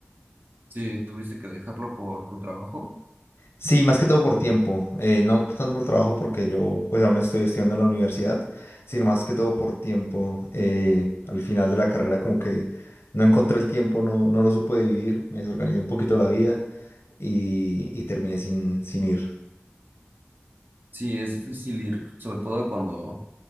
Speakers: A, on the right; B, on the left.
A: Sí, tuviste que dejarlo por tu trabajo.
B: Sí, más que todo por tiempo, eh, no tanto por trabajo porque yo pues aún estoy estudiando en la universidad, sino más que todo por tiempo. eh, al final de la carrera como que no encontré el tiempo, no, no lo supe vivir, me desorganicé un poquito la vida y, y terminé sin, sin ir.
A: Sí, es difícil ir, sobre todo cuando